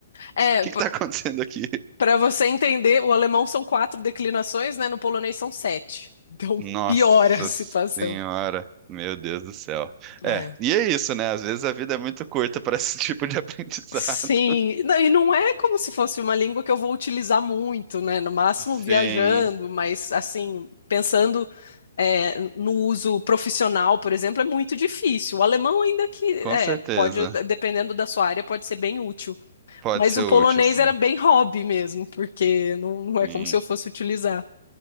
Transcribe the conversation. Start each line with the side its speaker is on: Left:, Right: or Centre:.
Left: É,
Right: que que tá acontecendo aqui?
Left: Para você entender, o alemão são quatro declinações, né? No polonês são sete. Então
Right: Nossa
Left: piora a situação.
Right: Senhora, meu Deus do céu.
Left: É.
Right: É, e é isso, né? Às vezes a vida é muito curta para esse <laughs> tipo de aprendizado.
Left: Sim, não- e não é como se fosse uma língua que eu vou utilizar muito, né? No máximo
Right: Sim,
Left: viajando, mas assim, pensando é, no uso profissional, por exemplo, é muito difícil. O alemão, ainda que
Right: com
Left: é,
Right: certeza.
Left: pode, dependendo da sua área, pode ser bem útil.
Right: Pode
Left: Mas
Right: ser
Left: o
Right: útil,
Left: polonês
Right: sim.
Left: era bem hobby mesmo, porque não, não é
Right: Sim.
Left: como se eu fosse utilizar.